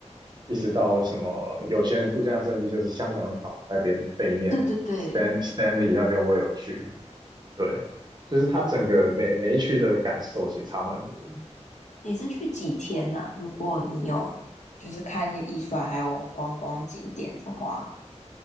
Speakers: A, on the right; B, on the left.
A: 一直到什么有些人度假胜地就是香港岛那边背面
B: 对对对，
A: Stan Stanley 那边我也有去，对，就是它整个每每一区的感受其实差蛮多的。
B: 但嗯。你是去几天呐、如果你有就是看一些艺术啊，还有观光景点的话，